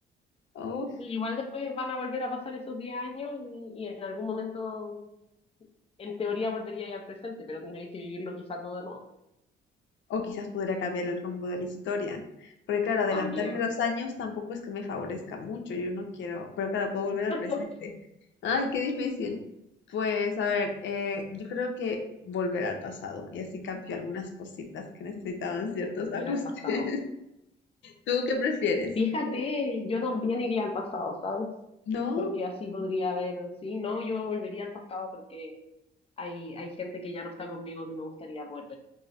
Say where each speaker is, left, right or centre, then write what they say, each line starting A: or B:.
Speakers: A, on the left; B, on the left.
A: Uf,
B: Igual después van a volver a pasar esos 10 años y, y en algún momento, en teoría, volvería ya al presente, pero tendréis que vivirlo quizá todo de nuevo.
A: o quizás pudiera cambiar el rumbo de la historia. Porque claro, adelantarme
B: También
A: los años tampoco es que me favorezca mucho, yo no quiero, pero claro, puedo volver
B: <laughs>
A: al presente. Ay, qué difícil. Pues a ver, eh, yo creo que volver al pasado y así cambio algunas cositas que necesitaban ciertos
B: volver
A: <laughs> ajustes.
B: al pasado.
A: ¿Tú qué prefieres?
B: Fíjate, yo también iría al pasado, ¿sabes?
A: ¿No?
B: Porque así podría haber, sí, no, yo volvería al pasado porque hay, hay gente que ya no está conmigo que me gustaría volver